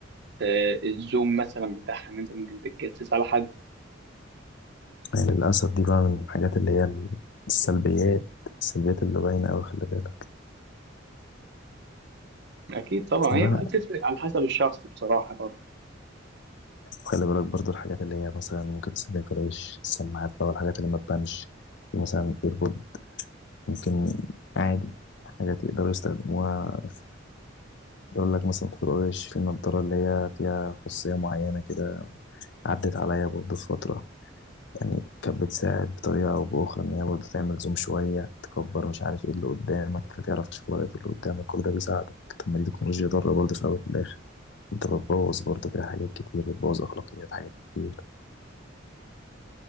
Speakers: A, on the right (about 60°); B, on the left (about 65°).
A: آه، الزوم مثلا بتاعها ان انت ممكن تتجسس على حد
B: يعني للأسف دي بقى من الحاجات اللي هي السلبيات السلبيات اللي باينة أوي خلي بالك
A: اكيد طبعا
B: والله
A: هي بقى
B: لا
A: بتفرق على حسب الشخص بصراحه برضه
B: خلي بالك برضو الحاجات اللي هي مثلا ممكن تستخدم في العيش السماعات بقى والحاجات اللي ما تبانش في مثلا ايربود ممكن عادي حاجات يقدروا يستخدموها في- يقول لك مثلا في طرق العيش في نضارة اللي هي فيها خصوصية معينة كده عدت عليا برضو في فترة يعني كانت بتساعد بطريقة أو بأخرى إن هي برضه تعمل زوم شوية تكبر مش عارف إيه اللي قدامك فتعرف تشوف ورقة اللي قدامك كل ده بيساعدك طب ما دي تكنولوجيا ضارة برضه في الأول وفي الآخر أنت بتبوظ برضه كده حاجات كتير بتبوظ أخلاقيات حاجات كتير